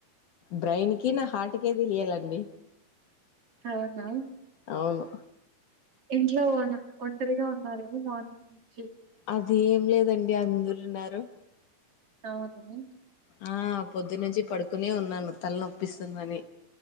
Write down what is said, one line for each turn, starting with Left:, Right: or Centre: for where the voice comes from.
Left: బ్రెయిన్ కి నా హార్ట్కే తెలియాలండి
Right: అవునా
Left: అవును
Right: ఇంట్లో ఒంటరీగా ఉన్నారేమో మార్నింగ్ నుంచి
Left: అది ఏం లేదండి అందరున్నారు
Right: అవును
Left: ఆ పొద్దునుంచి పడుకునే ఉన్నాను తలనొప్పిస్తుందని